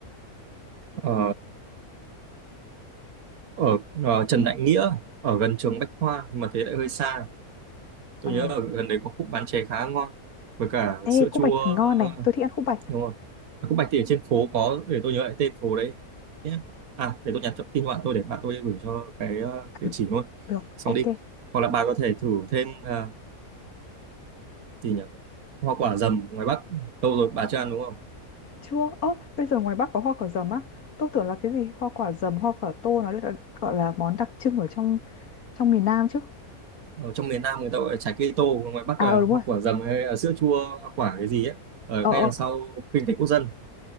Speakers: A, on the right; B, on the left.
A: Ờ, ở ờ, Trần Đại Nghĩa ở gần trường Bách Khoa nhưng mà thế lại hơi xa tôi
B: ờ.
A: nhớ ở gần đấy có khúc bán chè khá ngon với cả sữa
B: Ê khúc
A: chua
B: bạch thì ngon
A: ờ,
B: này, tôi thích ăn khúc bạch.
A: đúng không Ở khúc Bạch thì ở trên phố có để tôi nhớ lại tên phố đấy nhé à để tôi nhắn cho- tin cho bạn tôi để bạn tôi gửi cho cái ờ,
B: <laughs>
A: địa chỉ luôn
B: Được,
A: xong
B: ok.
A: đi hoặc là bà có thể thử thêm ờ, gì nhỉ hoa quả dầm ngoài Bắc lâu rồi bà chưa ăn đúng không
B: Chưa, ơ, bây giờ ngoài Bắc có hoa quả dầm á. Tôi tưởng là cái gì hoa quả dầm, hoa quả tô nó là, gọi là món đặc trưng ở trong trong miền Nam chứ.
A: ở trong miền Nam người ta gọi là trái cây tô ngoài Bắc
B: À
A: là
B: ờ
A: hoa
B: đúng rồi.
A: quả dầm hay là sữa chua hoa quả cái gì ấy ở
B: Ờ
A: ngay
B: ờ.
A: đằng sau kinh tế quốc dân